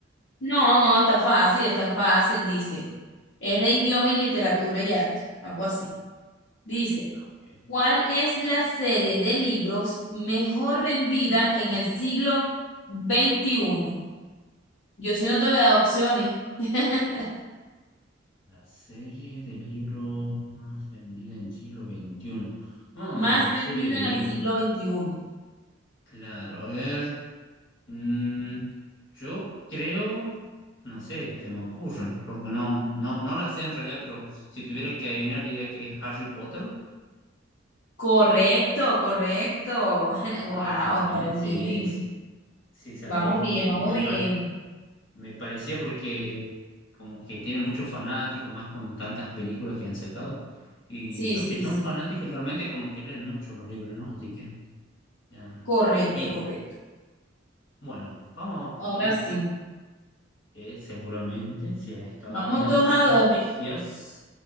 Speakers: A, on the left (about 85°); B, on the left (about 65°).
A: No, no, está fácil, está fácil, dice. Es de idioma y literatura y arte, algo así. Dice,
B: ok.
A: ¿cuál es la serie de libros mejor vendida en el siglo veintiuno? Yo sí no te voy a dar opciones. <laughs>
B: La serie de libros más vendida en siglo XXI. Ah,
A: Más vendida
B: serie de
A: en
B: libros.
A: el siglo veintiuno.
B: Claro, a ver. Mm, yo creo, no sé, se me ocurre, porque no, no, no la sé en realidad, pero si tuviera que adivinar diría que es Harry Potter.
A: Correcto, correcto. <laughs> Wow,
B: Ah,
A: está
B: ¿ves?
A: bien.
B: Sí, es- sí sabía
A: Vamos
B: porque
A: bien, vamos
B: me,
A: bien.
B: pare- me parecía porque como que tiene muchos fanáticos, más con tantas películas que han sacado. Y
A: Sí,
B: los
A: sí,
B: que son
A: sí.
B: fanáticos realmente como que leen mucho los libros, ¿no? Así que, ya.
A: Correcto,
B: Bien,
A: correcto.
B: bueno, vamos
A: Ahora
B: con esta,
A: sí.
B: que seguramente si has estado
A: Vamos
B: mirando
A: dos
B: las
A: a dos.
B: noticias.